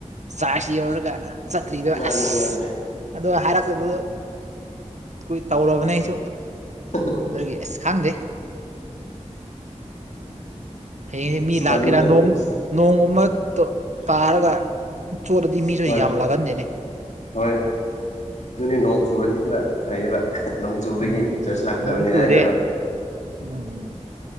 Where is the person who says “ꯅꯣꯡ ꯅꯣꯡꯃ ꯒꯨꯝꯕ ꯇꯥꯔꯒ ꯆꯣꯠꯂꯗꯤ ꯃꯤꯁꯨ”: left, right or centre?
Right